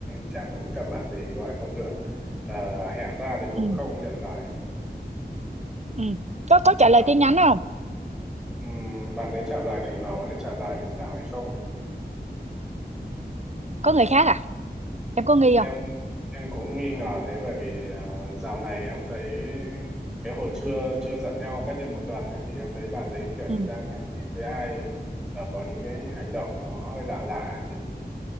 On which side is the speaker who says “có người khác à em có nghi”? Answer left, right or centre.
Right